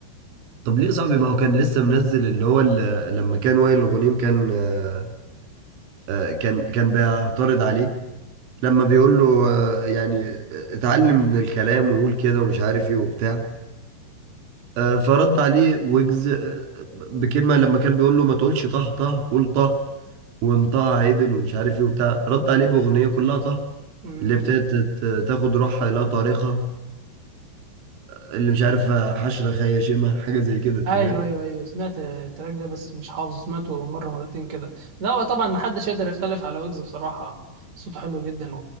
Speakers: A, on the right (about 85°); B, on the right (about 40°).
A: طب ليه يا صاحبي ما هو كان لسه منزل اللي هو ال... لما كان وائل الغنيم كان آه، آه، كان كان بيعترض عليه لما بيقول له آه، يعني آه، اتعلم من الكلام وقول كده ومش عارف ايه وبتاع آه، فرد عليه ويجز آه، بكلمة لما كان بيقول له ما تقولش طه طه قول طه وانطقها عدل ومش عارف ايه وبتاع رد عليه باغنيه كلها طه
B: مم.
A: اللي ابتدت ت- تاخد روحها لا طريقه اللي مش عارف حشره خياشمه حاجه زي كده انت
B: ايوه
A: فاهم
B: ايوه ايوه سمعت التراك ده بس مش حافظه سمعته مره مرتين كده لا هو طبعا محدش يقدر يختلف على ويجز بصراحه صوته حلو جدا